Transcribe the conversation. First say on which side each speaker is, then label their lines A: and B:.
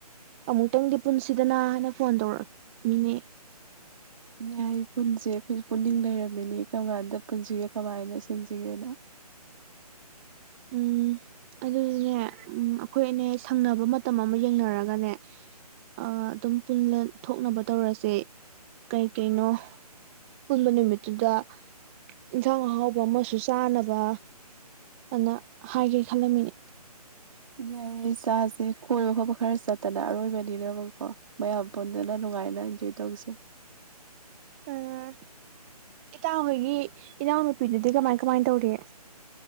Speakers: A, on the right; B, on the right.
A: ꯑꯃꯨꯛꯇꯪꯗꯤ ꯄꯨꯟꯁꯤꯗ ꯑꯗꯨꯗꯅ ꯍꯅ ꯐꯣꯟ ꯇꯧꯔꯛꯃꯤꯅꯦ
B: ꯌꯥꯏ ꯄꯨꯟꯁꯦ ꯑꯩꯈꯣꯏꯁꯦ ꯄꯨꯛꯅꯤꯡ ꯂꯩꯔꯝꯃꯤꯅꯤ ꯀꯔꯝ ꯀꯥꯟꯗ ꯄꯨꯟꯁꯤꯒꯦ ꯀꯃꯥꯏꯅ ꯁꯤꯟꯁꯤꯒꯦꯅ
A: ꯎꯝ ꯑꯗꯨꯗꯨꯅꯦ ꯑꯩꯈꯣꯏ ꯑꯅꯦ ꯁꯪꯅꯕ ꯃꯇꯝ ꯑꯃ ꯌꯦꯡꯅꯔꯒꯅꯦ ꯑꯗꯨꯝ ꯊꯣꯛꯅꯕ ꯇꯧꯔꯁꯦ ꯀꯩꯀꯩꯅꯣ ꯄꯨꯟꯕ ꯅꯨꯃꯤꯠꯇꯨꯗ ꯏꯟꯁꯥꯡ ꯑꯍꯥꯎꯕ ꯑꯃꯁꯨ ꯆꯥꯅꯕ ꯑꯗꯨ ꯍꯥꯏꯒꯦ ꯈꯜꯂꯝꯃꯤꯅꯦ
B: ꯌꯥꯏꯌꯦ ꯆꯥꯁꯦ ꯀꯣꯏꯕ ꯈꯣꯠꯄ ꯈꯔ ꯆꯠꯇꯅ ꯑꯔꯣꯏꯕꯅꯤꯅꯦꯕꯀꯣ ꯃꯌꯥꯝ ꯄꯨꯣꯟꯗꯅ ꯅꯨꯡꯉꯥꯏꯅ ꯏꯟꯖꯣꯏ ꯇꯧꯁꯦ
A: ꯎꯝ ꯏꯇꯥ ꯍꯣꯏꯒꯤ ꯏꯅꯥꯎ ꯅꯨꯄꯤꯅꯗꯤ ꯀꯃꯥꯏ ꯀꯃꯥꯏꯅ ꯇꯧꯔꯤꯦ